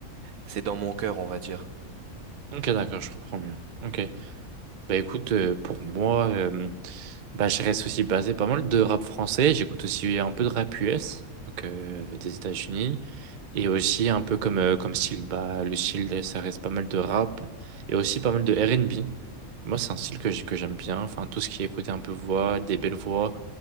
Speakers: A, on the right; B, on the right.
A: C'est dans mon cœur, on va dire.
B: Ok, d'accord, je comprends mieux. Ok. Bah écoute, euh, pour moi, euh, bah, je reste aussi basé pas mal de rap français. J'écoute aussi un peu de rap US, donc euh, des États-Unis. Et aussi un peu comme, euh, comme style, bah, le style, ça reste pas mal de rap. Et aussi pas mal de R&B. Moi, c'est un style que j- que j'aime bien. Enfin, tout ce qui est côté un peu voix, des belles voix,